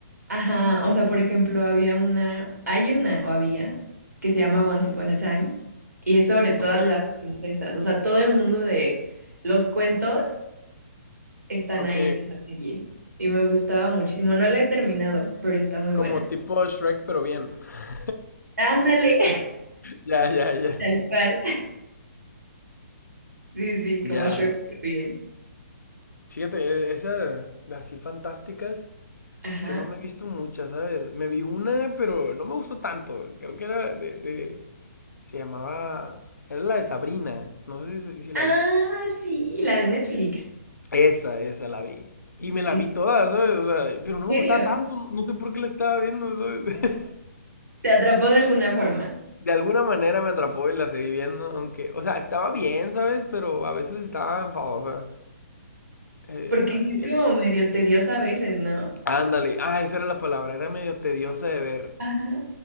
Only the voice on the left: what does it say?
Ok,
ok.
Como
tipo Shrek, pero bien. <laughs>
Ya, ya,
ya.
Ya.
Fíjate, e- esas de así fantásticas,
yo no me he visto muchas, ¿sabes? Me vi una, pero no me gustó tanto. Creo que era de, de- se llamaba, era la de Sabrina. No sé si, si si la
viste.
Esa, esa la vi. Y me
la vi toda, ¿sabes? O sea, pero
no
me gustaba tanto, no no sé por qué la estaba viendo, ¿sabes? <laughs>
de alguna manera me atrapó y la seguí viendo, aunque, o sea, estaba bien, ¿sabes? Pero a veces estaba enfadosa. Eh,
era-
ándale, ah, esa era la palabra, era medio tediosa de ver,